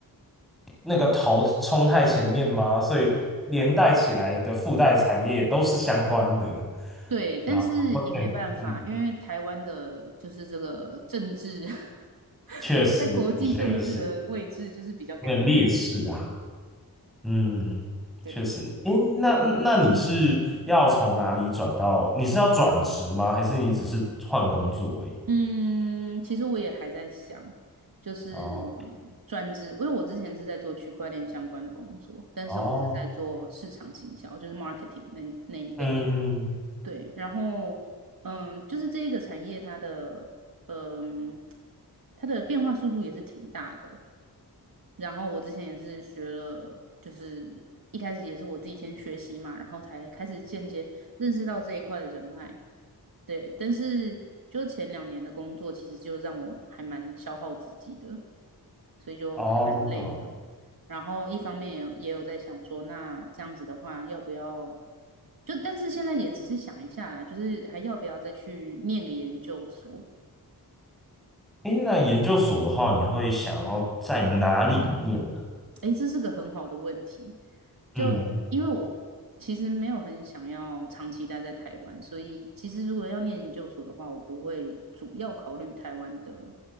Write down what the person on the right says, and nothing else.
对，但是也没办法，
因为台湾的就是这个政治，<laughs>
在国际政治的位置就是比较尴尬一点点。
对，
嗯，其实我也还在想，就是
转职，因为我之前是在做区块链相关的工作，但是我是在做市场行销，
就是 marketing 那一那一类。
对，然后嗯，就是这一个产业它的嗯它的变化速度也是挺大的，然后我之前也是学了，就是一开始也是我自己先学习嘛，然后才开始间接认识到这一块的人脉。对，但是就前两年的工作，其实就让我还蛮消耗自己的，所以就还蛮累的。
然后一方面也有也有在想说，那这样子的话，要不要就？但是现在也只是想一下啦，就是还要不要再去念个研究所？
诶，这是个很好的问题。
就因为我其实没有很想要长期待在台湾，所以其实如果要念研究所的话，我不会主要考虑台湾的